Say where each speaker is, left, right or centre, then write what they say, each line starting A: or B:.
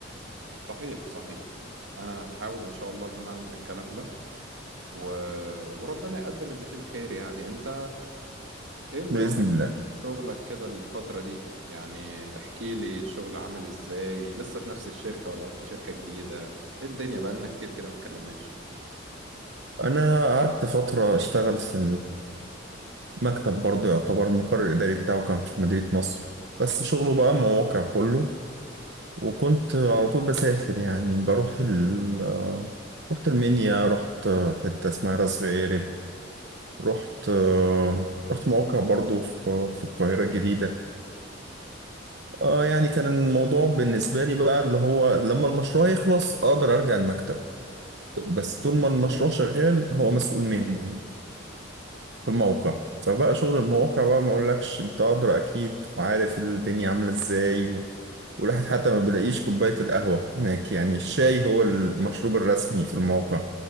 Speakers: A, on the right; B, on the right.
A: صحيح صحيح انا هحاول ان شاء الله ان انا اعمل الكلام ده و... وربنا يقدم اللي فيه الخير يعني انت ايه نظام
B: بإذن الله
A: شغلك كده الفتره دي يعني احكي لي الشغل عامل ازاي لسه في نفس الشركه ولا رحت شركه جديده ايه الدنيا بقالنا كتير كده ما اتكلمناش
B: انا قعدت فترة اشتغل في مكتب برضه يعتبر المقر الإداري بتاعه كان في مدينة نصر بس شغله بقى مواقع كله وكنت على طول بسافر يعني بروح ال آه، رحت المنيا رحت حتة اسمها راس غارب رحت آه، رحت مواقع برضه في في القاهرة الجديدة اه يعني كان الموضوع بالنسبة لي بقى اللي هو لما المشروع يخلص أقدر أرجع المكتب بس طول ما المشروع شغال هو مسؤول مني في الموقع فبقى شغل المواقع بقى ما اقولكش انت ادرى اكيد وعارف الدنيا عامله ازاي و... والواحد حتى ما بيلاقيش كوبايه القهوه هناك يعني الشاي هو المشروب الرسمي في الموقع